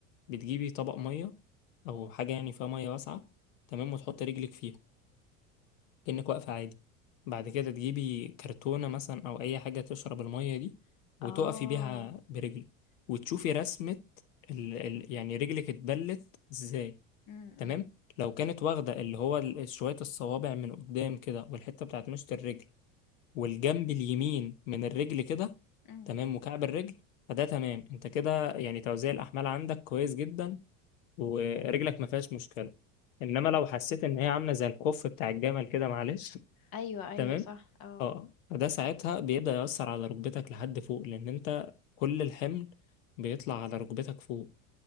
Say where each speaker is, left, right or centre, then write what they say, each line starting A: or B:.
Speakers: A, on the left (about 75°); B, on the left (about 55°).
A: بتجيبي طبق مية او حاجة يعني فيها مية واسعة تمام وتحط رجلك فيها كأنك واقفة عادي بعد كده تجيبي كرتونة مثلا أو أي حاجة تشرب المية دي
B: اه
A: وتقفي بيها برجلك وتشوفي رسمة ال... ال... يعني رجلك اتبلت ازاي
B: امم
A: تمام لو كانت واخدة اللي هو ال- شوية الصوابع من قدام كده والحتة بتاعت مشط الرجل والجنب اليمين من الرجل كده
B: امم
A: تمام وكعب الرجل فده تمام انت كده يعني توزيع الأحمال عندك كويس جدا ورجلك ما فيهاش مشكلة انما لو حسيت ان هي عامله زي الخف بتاع الجمل كده معلش
B: ايوه ايوه
A: تمام
B: صح اه
A: اه فده ساعتها بيبدأ يأثر على ركبتك لحد فوق لأن أنت كل الحمل بيطلع على ركبتك فوق